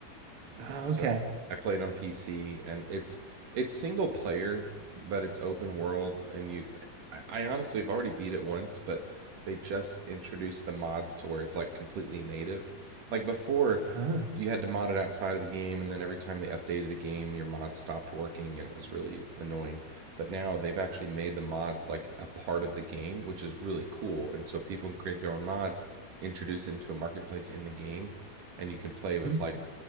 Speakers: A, on the right; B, on the right.
A: Ah,
B: So
A: okay.
B: I played on PC, and it's it's single player, but it's open world, and you. I, I honestly have already beat it once, but they just introduced the mods to where it's like completely native. Like before,
A: Ah.
B: you had to mod it outside of the game, and then every time they updated the game, your mod stopped working, and it was really annoying. But now they've actually made the mods like a part of the game, which is really cool. And so people can create their own mods, introduce it into a marketplace in the game, and you can play
A: Mhm.
B: with like